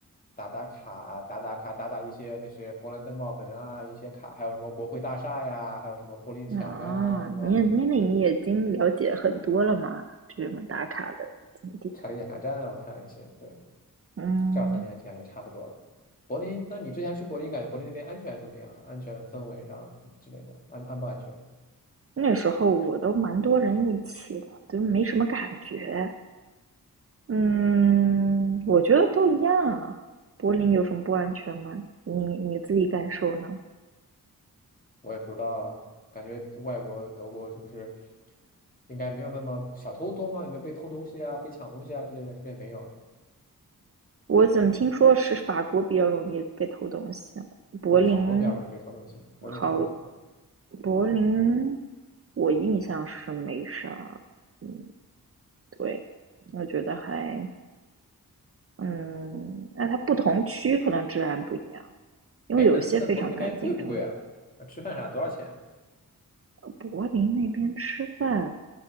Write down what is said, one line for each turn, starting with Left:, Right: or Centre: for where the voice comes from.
Left: 打打卡、打打卡、打打一些那些勃兰登堡门啊，一些卡，还有什么国会大厦呀，还有什么柏林墙啊，
Right: 啊，
Left: 什么
Right: 你也你那你已经了解很多了嘛？这种打卡的景点，
Left: 查理检查站，我看了一些。对，
Right: 嗯。
Left: 这样三天就感觉差不多了。柏林，那你之前去柏林，感觉柏林那边安全怎么样啊？安全氛围上之类的，安安不安全？
Right: 那时候我都蛮多人一起的，就是没什么感觉。嗯，我觉得都一样啊。柏林有什么不安全吗？你你自己感受呢？
Left: 我也不知道啊，感觉外国德国是不是应该没有那么小偷多吗？有没有被偷东西啊、被抢东西啊之类的？这边也没有啊？
Right: 我怎么听说是法国比较容易被偷东西啊？柏林
Left: 啊法国比较容易被偷东西，柏林还好是吗？
Right: 好，柏林我印象是没啥。嗯，对，我觉得还嗯，那它不同区可能治安不一样，因为有些非常干净，
Left: 哎，那那柏林那边贵不贵啊？
Right: 治安。
Left: 啊吃饭啥多少钱？
Right: 柏林那边吃饭，